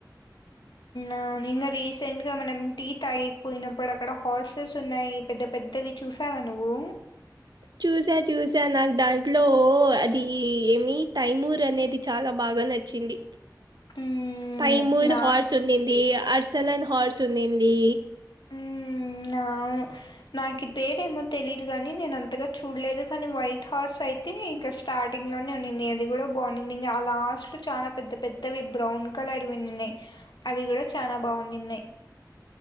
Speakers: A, on the right; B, on the left.
A: హూ
B: ఆ ఇంగా రీసెంట్ గా మనం టీ తాగేకి పోయినప్పుడు అక్కడ హార్సెస్ ఉన్నాయి పెద్ద పెద్దవి చూసావా నువ్వు
A: చూసా చూసా నాకు దాంట్లో అది ఏమి తైమూర్ అనేది చాలా బాగా నచ్చ చ్చింది
B: హ్మ్.
A: తైమూర్
B: నా
A: హార్స్ ఉన్నింది అర్సలన్ హార్స్ ఉన్నింది
B: ఉ ఆ అవును నాకు పేరేమో తెలీయదు గాని నేను అంతగా చూడలేదు. కానీ వైట్ హార్స్ అయితే అయితే ఇంక స్టార్టింగ్ లోనే ఉండిన్ది. అది కూడా బాగుంది ఇంకా లాస్ట్ లో చాలా పెద్ద పెద్ద ఆవి బ్రౌన్ కలర్ విన్నిన్నాయి అవి కూడా చాలా బాగుందడిన్నాయి